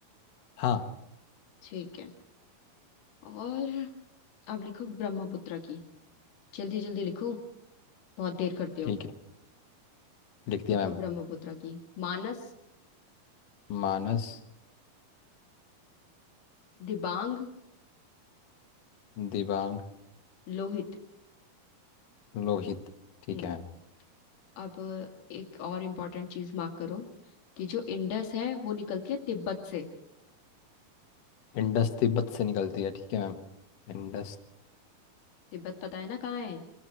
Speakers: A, on the left (about 65°); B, on the left (about 90°).
A: हाँ
B: ठीक है और अब लिखो ब्रह्मपुत्र की जल्दी जल्दी लिखो बहुत देर करते हो
A: ठीक है लिख दिया
B: लिखो
A: मैम
B: ब्रह्मपुत्र की मानस
A: मानस
B: दिबांग
A: दिबांग
B: लोहित
A: लोहित ठीक
B: हम्म
A: है मैम
B: अब एक और इम्पोर्टेंट चीज मार्क करो कि जो इंडस है वो निकलती है तिब्बत से
A: इंडस तिब्बत से निकलती है ठीक है मैम इंडस
B: तिब्बत पता है ना कहाँ है